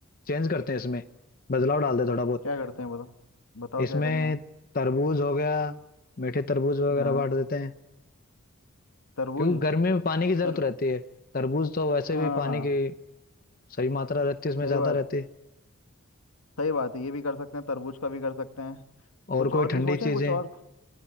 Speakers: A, on the left (about 40°); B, on the left (about 80°).
A: चेंज करते हैं इसमें बदलाव डाल दे थोड़ा बहुत
B: क्या करते हैं बताओ बताओ
A: इसमें
B: क्या करना है
A: तरबूज हो गया मीठे तरबूज वगैरह
B: हाँ
A: बांट देते हैं
B: तरबूज
A: क्योंकि गर्मी में पानी की जरूरत
B: तर
A: रहती है तरबूज तो वैसे
B: हाँ
A: भी पानी
B: हाँ
A: की सही मात्रा रहती है उसमें
B: सही
A: ज्यादा
B: बात
A: रहती है
B: सही बात है ये भी कर सकते हैं तरबूज का भी कर सकते हैं
A: और
B: कुछ और
A: कोई
B: भी
A: ठंडी
B: सोचें
A: चीजें
B: कुछ और